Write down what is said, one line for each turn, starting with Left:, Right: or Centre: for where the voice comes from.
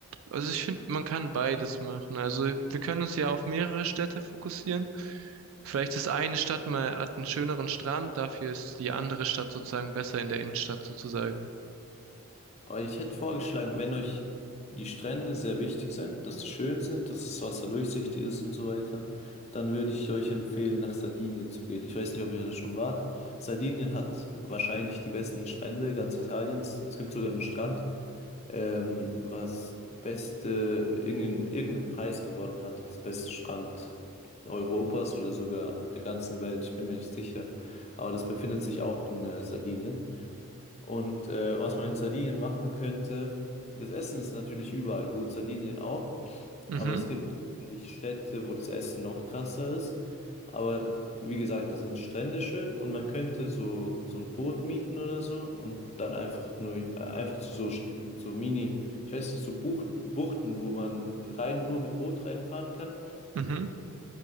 Right: Also ich finde, man kann beides machen. Also wir können uns ja auf mehrere Städte fokussieren. Vielleicht ist eine Stadt mal hat einen schöneren Strand, dafür ist die andere Stadt sozusagen besser in der Innenstadt sozusagen.
Left: Aber ich hätte vorgeschlagen, wenn euch die Strände sehr wichtig sind, dass die schön sind, dass das Wasser durchsichtig ist und so weiter, dann würde ich euch empfehlen, nach Sardinien zu gehen. Ich weiß nicht, ob ihr da schon wart. Sardinien hat wahrscheinlich die besten Strände ganz Italiens. Es gibt sogar einen Strand, ähm, was beste, irgendeinen, irgendeinen Preis gewonnen hat, das beste Strand Europas oder sogar der ganzen Welt. Ich bin mir nicht sicher. Aber das befindet sich auch in äh, Sardinien. Und äh, was man in Sardinien machen könnte, das Essen ist natürlich überall gut, Sardinien auch,
Right: Mhm,
Left: aber es gibt natürlich Städte, wo das Essen noch krasser ist. Aber wie gesagt, da sind Strände schön und man könnte so, so ein Boot mieten oder so und dann einfach nur, äh, einfach zu so, Sch- so Mini, ich weiß nicht, so Buchten, Buchten, wo man rein nur mit Boot reinfahren kann.
Right: mhm,